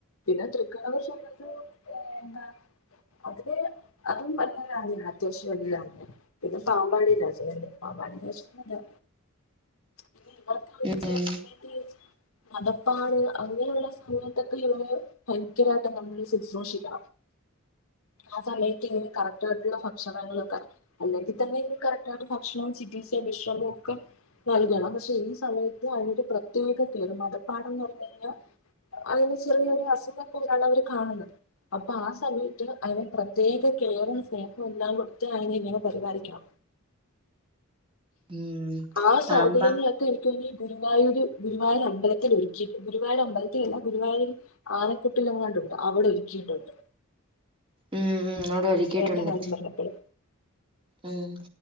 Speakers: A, on the left; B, on the right.
A: പിന്നെ തൃക്കടവൂർ ശിവരാമ <unintelligible> അതില് അതും വൽയൊരു ആനയാ അത്യാവശ്യം വല്യൊരു ആനയാ പിന്നെ പാമ്പാടി രാജന്ണ്ട് പാമ്പാടി രാജനുതേ പിന്നെ ഇവർക്കാ ഒരു
B: ഉം
A: ചെല സമയത്ത് മദം പ്പാണ് അങ്ങനെയുള്ള സമയത്തൊക്കെ ഇവരേ ഭയങ്കരായിട്ട് നമ്മള് ശിശ്രൂഷിക്കണം ആ സമയത്ത് ഇങ്ങനെ കറക്റ്റ് ആയിട്ടുള്ള ഭക്ഷണങ്ങൾ ഒക്കെഅല്ലെങ്കിൽ തന്നെ ഇ കറക്റ്റ് ആയിട്ട് ഭക്ഷണവും ചികിത്സ വിശ്രമവും ഒക്കെ നൽകണം പക്ഷെ ഈ സമയത്ത് അതിനൊരു പ്രത്യേക കേറിമാറ്റം പ്പാടന്ന് പറഞ്ഞു കഴിഞ്ഞാ അതിന് ചെറിയൊരു അസുഖം പോലാണ് അവര് കാണുന്നത് അപ് പ്പാ ആ സമയത്ത് അതിനെ പ്രത്യേക കേറും സ്നേഹം എല്ലാം കൊടുത്ത് അതിനെ ഇങ്ങനെ പരിപാലിക്കണം
B: ഉം
A: ആ
B: പാമ്പ
A: സൗകര്യങ്ങളൊക്കെ എനിക്ക് തോന്ന് ന് ഗുരുവായൂര് ഗുരുവായൂരാണ് അമ്പലത്തിൽ ഒരുക്കിയിട്ട് ഗുരുവായർ അമ്പത്തിലല്ല ഗുരുവായൂർ ആനക്കുട്ടിലങ്ങാണ്ടുണ്ട് അവിടെ ഒരുക്കിയിട്ടുണ്ട്
B: ഉം ഇങ്ങോട് ഒരുക്കിട്ടുണ്ട്
A: ഗുരുവായൂരിന്റെ കാര്യം പറഞ്ഞപ്പഴ്
B: ഉം